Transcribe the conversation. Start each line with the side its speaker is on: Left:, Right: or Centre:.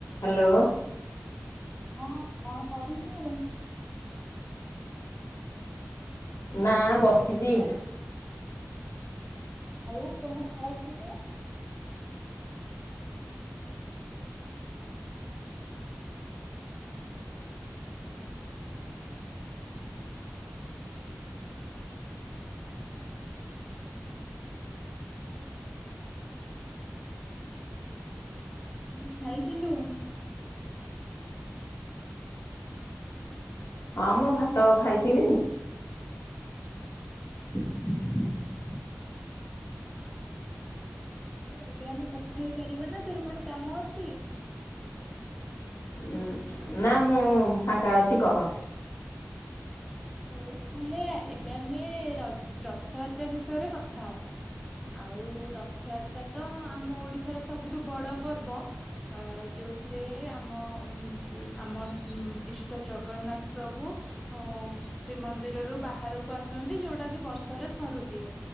Left: Hello.
Centre: ହଁ କଣ କରୁଛୁ?
Left: ନା ବସିଛି।
Centre: ଆଉ କଣ ଖାଇଛୁ ତୁ? ହୁଁ କଣ ଖାଇଥିଲୁ?
Left: ହଁ ମୁଁ ଭାତ ଖାଇଥିଲି। <unintelligible>
Centre: ହୁଁ ଏବେ ଆମେ କଥା ହେଇପାରିବ ନା ତୋର କଣ କାମ ଅଛି?
Left: ଉ ନା ମୁଁ ଫାଙ୍କା ଅଛି କହ?
Centre: ହଉ ତାହେଲେ ଏବେ ଆମେ ରଜ ରଥଯାତ୍ରା ବିଷୟରେ କଥା ହବା। ଆଉ ରଥଯାତ୍ରା ତ ଆମ ଓଡିଶାର ସବୁଠୁ ବଡ ପର୍ବ। ଅ ଯୋଉଥିରେ ଆମ ଆମ ଇଷ୍ଟ ଜଗନ୍ନାଥ ପ୍ରଭୁ ଓ ଶ୍ରୀମନ୍ଦିରରୁ ବାହାରକୁ ଆସନ୍ତି ଯୋଉଟା କି ବର୍ଷରେ ଥରୁଟିଏ।